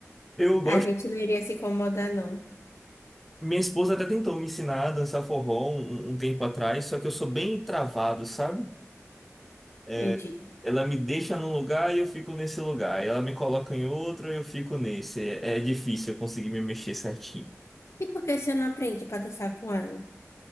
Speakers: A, in the centre; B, on the left.
A: Eu gosto.
B: a gente não iria se incomodar, não.
A: Minha esposa até tentou me ensinar a dançar forró um, um um tempo atrás, só que eu sou bem travado, sabe? É,
B: Entendi.
A: ela me deixa num lugar e eu fico nesse lugar. Ela me coloca em outro e eu fico nesse. É, é difícil eu conseguir me mexer certinho.
B: E por que você não aprende para dançar com ela?